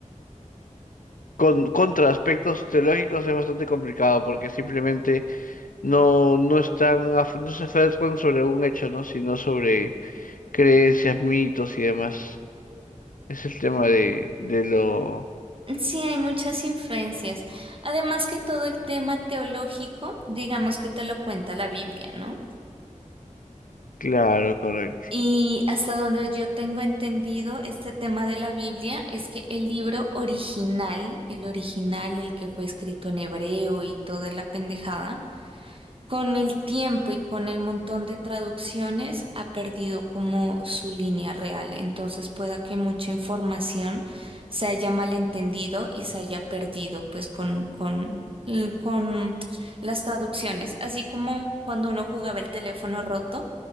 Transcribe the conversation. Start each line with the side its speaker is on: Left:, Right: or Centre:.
Left: con, contra aspectos teológicos es bastante complicado porque simplemente no, no están, af- no se aferran sobre un hecho, ¿no? Sino sobre creencias, mitos y demás. Es el tema de, de lo...
Right: Sí, hay muchas influencias. Además que todo el tema teológico, digamos que te lo cuenta la Biblia, ¿no?
Left: Claro, correcto.
Right: Y hasta donde yo tengo entendido este tema de la Biblia es que el libro original, el original, el que fue escrito en hebreo y toda la pendejada, con el tiempo y con el montón de traducciones ha perdido como su línea real. Entonces pueda que mucha información se haya malentendido y se haya perdido pues con, con, y con las traducciones. Así como cuando uno jugaba el teléfono roto,